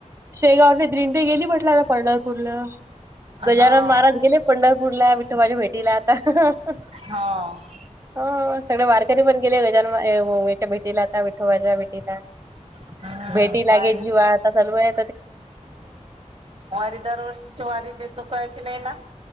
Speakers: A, on the right; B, on the right.
A: शेगावने दिंडी गेली म्हटलं आता पंढरपूरला,
B: हो
A: गजानन महाराज गेले पंढरपूरला विठाबाच्या भेटीला आता
B: हो
A: हा सगळे वारकरी पण गेले गजानन याच्या भेटीला आता विठोबाच्या भेटीला.
B: हम्म
A: भेटी लागे
B: वारी
A: जीवा आता चालू आहे
B: वारी दरवर्षीची वारी ते चुकायची नाही ना?